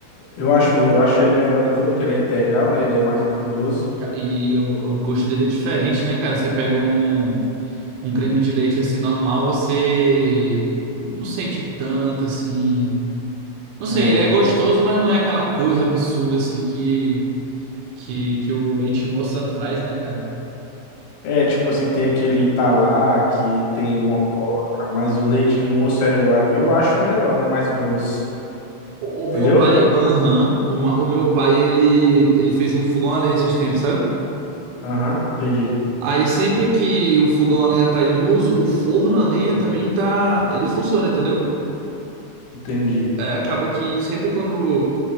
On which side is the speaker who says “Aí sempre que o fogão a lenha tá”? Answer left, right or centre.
Right